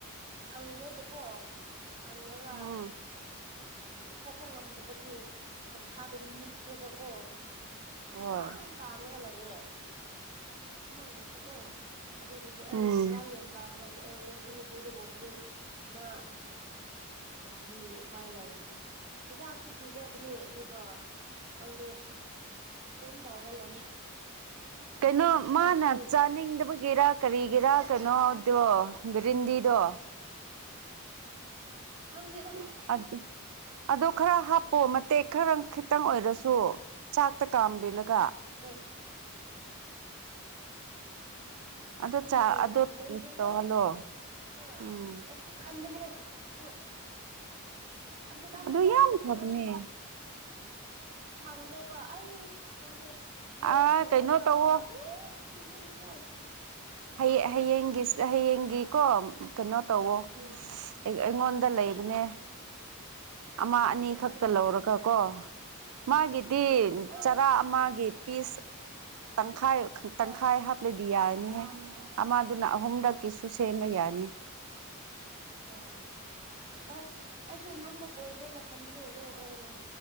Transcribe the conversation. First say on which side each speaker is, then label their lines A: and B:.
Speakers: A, on the right; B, on the right.
A: ꯁꯪꯉꯦꯕ ꯀ‌ꯣ ꯁꯪꯔꯒ
B: ꯎꯝ
A: ꯊꯣꯛꯄ ꯉꯝꯗꯕꯒꯤ ꯃꯁꯥꯗ ꯅꯤꯛꯂꯒꯀꯣ ꯍꯨꯃꯥꯡ
B: ꯍꯣꯏ
A: ꯀꯥꯡꯔꯒ ꯂꯩꯌꯦ ꯍꯨꯃꯥꯡ ꯉꯥꯛꯇ ꯀꯣ ꯑꯗꯨꯗꯨꯒꯤ ꯑꯩ
B: ꯎꯝ
A: ꯐꯔꯥ ꯌꯥꯝ ꯇꯥꯕ꯭ꯔꯥꯅ‌ꯦ ꯑꯩ ꯇꯨꯅꯨꯡꯁꯤꯗꯨꯕꯨ ꯀꯔꯤ ꯃꯥ ꯀꯔꯤ ꯎꯄꯥꯏ ꯂꯥꯏꯒꯤꯅꯤ ꯍꯤꯗꯥꯛꯁꯨ ꯄꯤꯖꯕꯅꯦ ꯑꯗꯨꯒ ꯈꯪꯗꯦ ꯑꯗꯨꯝ ꯇꯧꯔ ꯂꯩ
B: ꯀꯩꯅꯣ
A: ꯍꯤꯗꯥꯛ ꯄꯤꯖꯔꯁꯨ
B: ꯃꯥꯅ ꯆꯥꯅꯤꯡꯗꯕꯒꯤꯔꯥ ꯀꯔꯤꯒꯤꯔ ꯀꯩꯅꯣꯗꯣ ꯕꯔꯤꯟꯗꯤꯗꯣ
A: ꯈꯪꯗꯦꯗ
B: <unintelligible> ꯑꯗꯨꯗ ꯈꯔ ꯍꯥꯞꯄꯣ ꯃꯇꯦꯛ ꯈꯔꯪ ꯈꯤꯇꯪ ꯑꯣꯏꯔꯁꯨ ꯆꯥꯛꯇ ꯀꯥꯝꯕꯤꯂꯒ
A: ꯍꯣꯏ
B: ꯑꯗ‌ꯣ
A: ꯎꯝ
B: ꯆꯥ ꯑꯗ‌ꯣ
A: ꯃꯦꯂꯦꯟꯗ꯭ꯔꯤꯀꯣ
B: ꯇꯧꯍꯜꯂꯣ
A: ꯍꯣꯏ ꯑꯩꯁꯨ
B: ꯎꯝ
A: ꯈꯟꯕꯅꯦ ꯑꯗꯨ ꯍꯧꯖꯤꯛꯀꯥꯟ
B: ꯑꯗꯨ
A: ꯕꯖꯥ꯭ꯔ
B: ꯌꯥꯝ
A: ꯊ‌ꯣꯛꯅꯤꯉꯥꯏꯁꯨ
B: ꯐꯕꯅꯦ
A: ꯁꯪꯗꯦꯕ ꯑꯩ ꯈꯪꯗꯦ ꯅꯣꯡ
B: ꯑꯥ
A: ꯆꯨꯔꯒ
B: ꯀꯩꯅꯣ ꯇꯧꯋꯣ
A: ꯑꯗꯨꯝ ꯆꯨꯕꯒꯤꯀꯣ
B: ꯍꯩ
A: ꯎꯝ
B: ꯍꯩꯌꯦꯡꯒꯤꯁ ꯍꯩꯌꯦꯡꯒꯤꯀꯣ ꯀꯩꯅꯣ ꯇꯧꯋꯣ
A: ꯎꯝ
B: ꯑꯩꯉꯣꯟꯗ ꯂꯩꯕꯅꯦ ꯑꯃ
A: ꯑꯣ ꯑꯣ
B: ꯑꯅꯤꯈꯛ
A: ꯑꯣ
B: ꯇꯥ ꯂꯧꯔꯒ ꯀꯣ ꯃꯥꯒꯤꯗꯤ
A: ꯎꯝ ꯑꯩ
B: ꯆꯔꯥ ꯑꯃꯒꯤ ꯄꯤꯁ ꯇꯪꯈꯥꯏ
A: ꯍꯣꯏ
B: ꯇꯪꯈꯥꯏ ꯍꯥꯞꯂꯗꯤ ꯌꯥꯔꯅꯤꯍꯦ ꯑꯃꯗꯨꯅ ꯑꯍꯨꯝꯔꯛꯀꯤꯁꯨ
A: ꯑꯥ
B: ꯁꯦꯝꯕ ꯌꯥꯅꯤ
A: ꯑꯥ ꯑꯁ ꯑꯩꯁꯨ ꯌꯨꯝꯗ ꯀꯣꯏꯒꯦꯅ ꯈꯟꯕꯅꯦ ꯑꯗꯣ ꯑꯦ